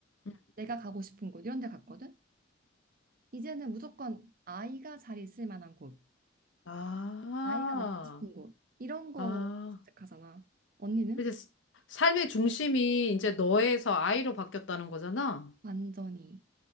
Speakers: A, on the left (about 65°); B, on the right (about 45°).
A: 응.
B: 내가 가고 싶은 곳 이런 데 갔거든. 이제는 무조건 아이가 잘 있을 만한 곳,
A: 아,
B: 아이가 먹고 싶은 곳 이런 거
A: 아.
B: 선택하잖아. 언니는?
A: 이제 삶의 중심이 이제 너에서 아이로 바뀌었다는 거잖아?
B: 완전히.